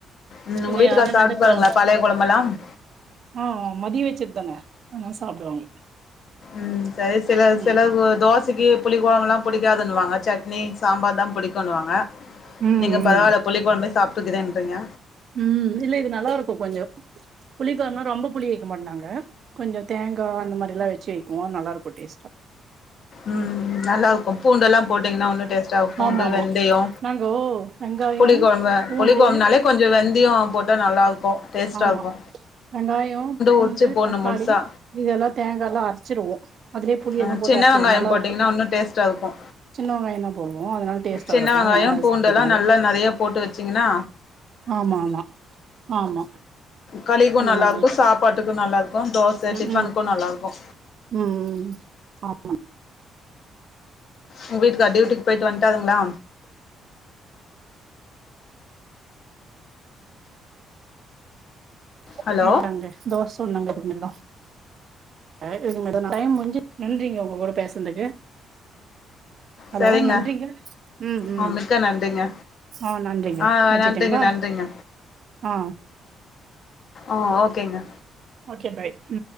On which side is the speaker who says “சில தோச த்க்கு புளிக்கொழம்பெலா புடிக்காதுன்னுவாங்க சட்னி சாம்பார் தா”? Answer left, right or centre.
Left